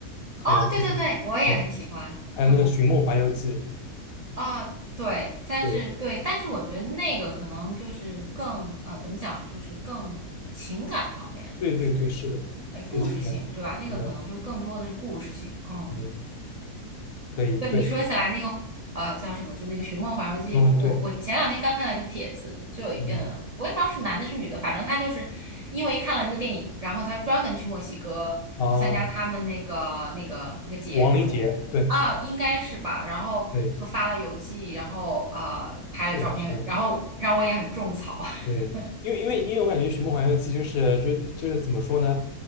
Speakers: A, on the left; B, on the right.
A: 和那个对，
B: 哦，对对对，我也很喜欢。
A: 还有那个《寻梦环游记》。
B: 嗯。啊，对，但是对，
A: 对
B: 但是我觉得那个可能就是更呃，怎么讲，就是更情感方面，
A: 对对对，
B: 就是呃故事性，
A: 是的，更情感，
B: 对吧？那个可能就更多的是故事性，
A: 是的，
B: 嗯。
A: 嗯，可以，
B: 对你说起来那个呃叫什么，
A: 对，
B: 就那个《寻梦环游记》，
A: 动画对，
B: 我我前两天刚看到一个帖子，就呃我也不知道是男的是女的，
A: 嗯
B: 反正他就是因为看了这个电影，然后他专门去墨西哥去参加他们那个那个那个节日，
A: 啊，王林杰，
B: 我啊应该是吧，
A: 对
B: 然后就发了邮寄，
A: 对，
B: 然后呃拍了照片，
A: 是的，是的，
B: 然后让我也很种草，
A: 对，
B: <laughs>
A: 因为因为因为我感觉《寻梦环游记》就是就是就是怎么说呢，